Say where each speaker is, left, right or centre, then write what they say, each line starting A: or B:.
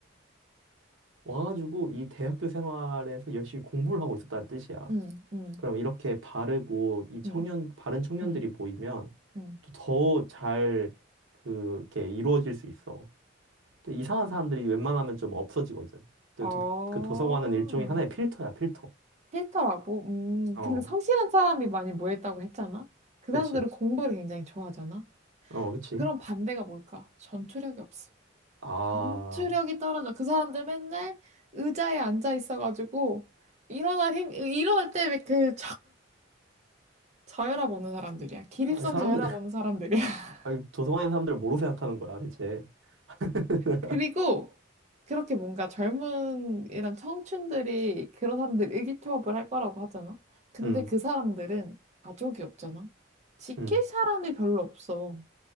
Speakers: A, on the right; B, on the right.
A: 와가지고 이 대학교 생활에서 열심히 공부를 하고 있었다는 뜻이야.
B: 응, 응,
A: 그럼 이렇게 바르고 이 청년,
B: 응,
A: 바른 청년들이
B: 응,
A: 모이면
B: 응.
A: 또 더 잘 그렇게 이루어질 수 있어. 또 이상한 사람들이 웬만하면 좀 없어지거든. 또
B: 어,
A: 도, 그 도서관은 일종의 하나의 필터야, 필터.
B: 싫라고 음,
A: 어,
B: 근데 성실한 사람이 많이 모였다고 했잖아? 그 사람들은
A: 그치.
B: 공부를 굉장히 좋아하잖아?
A: 어, 그치.
B: 그럼 반대가 뭘까? 전투력이 없어.
A: 아,
B: 전투력이 떨어져. 그 사람들 맨날 의자에 앉아 있어가지고, 일어날 힘, 일어날 때 왜그 저혈압 오는 사람들이야. 기립성
A: 아니, 사람들,
B: 저혈압
A: <laughs>
B: 오는 사람들이야. <laughs>
A: 아니, 도서관에 있는 사람들을 뭐로 생각하는 거야, 대체? <laughs>
B: 그리고 그렇게 뭔가 젊은 이런 청춘들이 그런 사람들 의기투합을 할 거라고 하잖아. 근데
A: 응,
B: 그 사람들은 가족이 없잖아. 지킬
A: 응.
B: 사람이 별로 없어.